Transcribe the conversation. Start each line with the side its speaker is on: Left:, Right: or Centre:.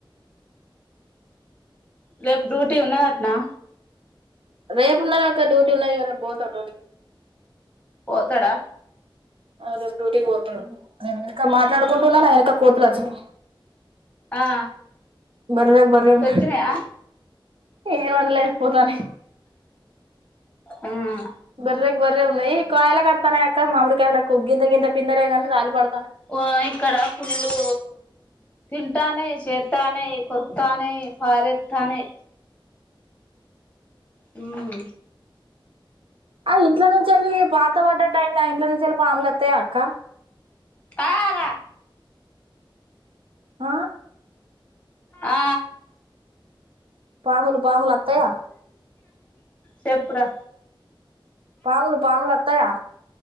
Left: రేపు డ్యూటీ ఉన్నదట్నా
Right: రేపు ఉండదు అక్క డ్యూటీ ఉన్నది కద రేపు పోతా డ్యూటీ
Left: పోతాడా
Right: దేపు డూటీకి పోతాడు నేను వెనక మాట్లాడుకుంటున్నా నా వెనక కోతులు అచ్చవి
Left: ఆ
Right: బర్లేక బర ఉ
Left: సొచ్చినయా
Right: ఏ అనలేదు పోతనే
Left: ఉమ్
Right: బర్రీకి బర్రే ఉందియి ఈ కాయల కడతానే అక మామిడి కాయల కు గగింత గింత పిందరే కాంనీ రాల పడత
Left: ఓ ఇక్కడ ఫుల్లు తింటానే చేస్తానే కొరుకుతాని పారెస్తాని హమ్
Right: ఆ ఇంట్లో నుంచి వెళ్ళి పాత పడ్డట్ అయినా ఇంట్ నుంచి వెళ్ళి పాములుత్తాయి అక్క
Left: ఆ అక్క
Right: ఆ
Left: ఆ
Right: పాములు పాములు అత్తాయా
Left: చెప్పురా
Right: పాములు పాములు అత్తాయా